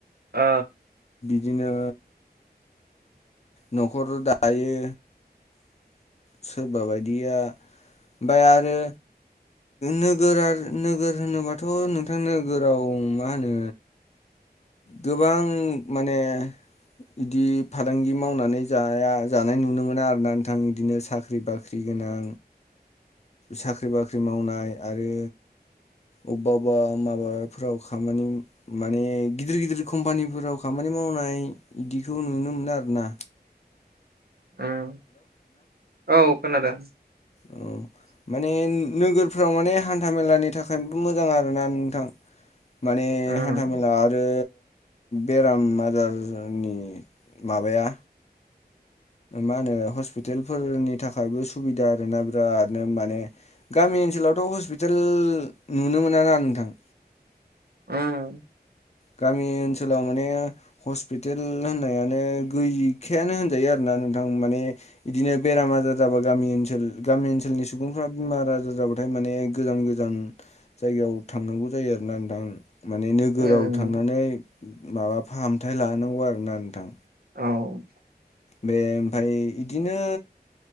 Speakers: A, on the right; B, on the left.
A: ओ
B: बिदिनो न'खर' दायो सोरबा बायदिया ओमफाय आरो नोगोर नोगोर होनोबाथ' नोंथां नोगोराव मा होनो गोबां माने बिदि फालांगि मावनानै जाया जानाय नुनो मोना आरो ना नोंथां इदिनो साख्रि बाख्रि गोनां साख्रि बाख्रि मावनाय आरो अबबा अबबा माबा फोराव खामानि माने गिदिर गिदिर कम्पानिफोराव खामानि मावनाय बिदिखौ नुनो मोनो आरो ना।
A: औ औ खोनादों। <inaudible>
B: औ माने नोगोरफ्राव माने हान्था मेलानि थाखायबो मोजां आरोना नोंथां। माने
A: उम
B: हान्था मेला आरो बेराम आजारनि माबाया मा होनो हस्पितेलफोरनि थाखायबो सुबिदा आरोना बिरादनो माने गामि ओनसोलावथ' हस्पिटाल नुनो मोना ना नोंथां।
A: <inaudible> उम
B: गामि ओनसोलाव माने हस्पिटेल होननायानो गैखायानो होनजायो आरोना। थां माने बिदिनो बेराम आजार जाबा गामि ओनसोल गामि ओनसोलनि सुबुंफोरा बेमार आजार जाबा थाय माने गोजान गोजान जायगायाव थांनांगौ जायो आरोना नोंथां उम माने नोगोराव
A: उम
B: थांनानै माबा फाहामथाय लानांगौ आरोना नोंथां।
A: औ
B: बे ओमफाय बिदिनो